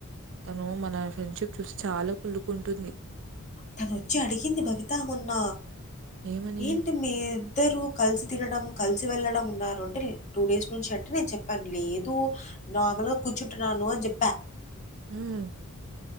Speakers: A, on the right (about 55°); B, on the left (about 35°).
A: తను మన ఫ్రెండ్షిప్ చూసి చాలా కుళ్లుకుంటుంది
B: తనొచ్చి అడిగింది భవిత మొన్న
A: ఏమని?
B: ఏంటి మీ ఇద్దరు కలిసి తినడం కలిసి వెళ్లడం ఉన్నారు అంటే టూ డేస్ నుంచి అంటే నేను చెప్ పను లేదు నార్మల్గా కూర్చుంటున్నాను అని చెప్ప
A: మ్